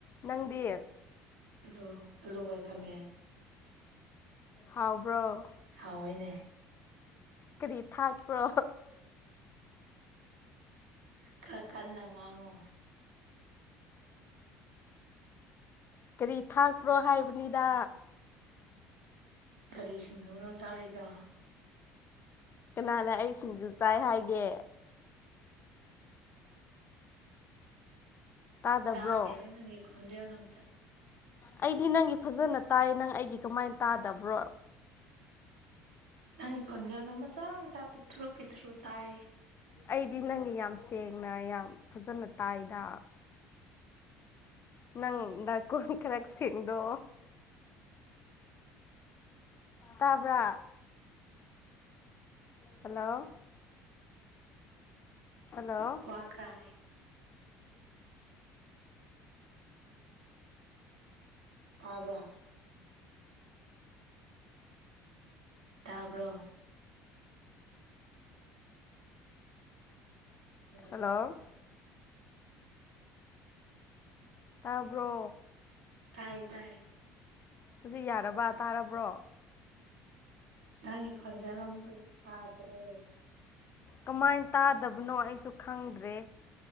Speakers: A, on the left; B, on the right.
A: ꯅꯪꯗꯤ
B: <unintelligible>
A: ꯍꯥꯎꯕ꯭ꯔꯣ
B: ꯍꯥꯎꯋꯦꯅꯦ
A: ꯀꯔꯤ ꯊꯥꯛꯄ꯭ꯔꯣ
B: ꯈꯔ ꯀꯟꯅ ꯉꯥꯡꯉꯣ
A: ꯀꯔꯤ ꯊꯥꯛꯄ꯭ꯔꯣ ꯍꯥꯏꯕꯅꯤꯗ
B: ꯀꯒꯥꯔꯤ ꯁꯤꯡꯖꯨꯅꯣ ꯇꯥꯔꯤꯗ
A: ꯀꯅꯥꯅ ꯑꯩ ꯁꯤꯡꯖꯨ ꯆꯥꯏ ꯍꯥꯏꯒꯦ ꯇꯥꯗꯕ꯭ꯔꯣ
B: ꯇꯥꯗꯦꯍꯦ ꯅꯪꯒꯤ ꯈꯣꯟꯖꯦꯜꯒ ꯑꯝꯇ
A: ꯑꯩꯗꯤ ꯅꯪꯒꯤ ꯐꯖꯅ ꯇꯥꯏ ꯅꯪ ꯑꯩꯒꯤ ꯀꯃꯥꯏꯅ ꯇꯥꯗꯕ꯭ꯔꯣ
B: ꯅꯪꯒꯤ ꯈꯣꯟꯖꯦꯜ ꯑꯗꯨꯝ ꯃꯆꯥ ꯃꯆꯥ ꯄꯤꯠꯇ꯭ꯔꯨ ꯄꯤꯠꯇ꯭ꯔꯨ ꯇꯥꯏ
A: ꯑꯩꯗꯤ ꯅꯪꯒꯤ ꯌꯥꯝ ꯁꯦꯡꯅ ꯌꯥꯝ ꯐꯖꯅ ꯇꯥꯏꯗ ꯅꯪꯗꯥꯛꯀꯣꯟ ꯀꯔꯁꯤꯗꯣ ꯇꯥꯕ꯭ꯔ ꯍꯜꯂꯣ ꯍꯜꯂꯣ
B: ꯋꯥ ꯀ꯭ꯔꯥ ꯇꯥꯕ꯭ꯔꯥ ꯇꯥꯔꯕ <unintelligible>
A: ꯍꯜꯂꯣ ꯇꯥꯕ꯭ꯔꯣ
B: ꯇꯥꯏ ꯇꯥꯏ
A: ꯍꯧꯖꯤꯛ ꯌꯥꯔꯕ ꯇꯥꯔꯕ꯭ꯔꯣ
B: ꯅꯉ ꯀꯖ ꯀꯝ ꯄꯥꯇꯔꯦ
A: ꯀꯃꯥꯏꯅ ꯇꯥꯗꯕꯅꯣ ꯑꯩꯁꯨ ꯈꯪꯗ꯭ꯔꯦ